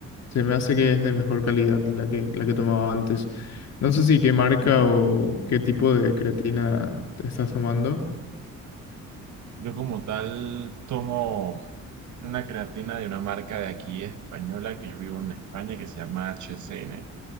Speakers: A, on the left (about 60°); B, on the right (about 70°).
A: se me hace que es de mejor calidad la que, la que tomaba antes. No sé si qué marca
B: mm.
A: o qué tipo de creatina te estás tomando.
B: Yo como tal tomo una creatina de una marca de aquí española que yo vivo en España que se llama HCN,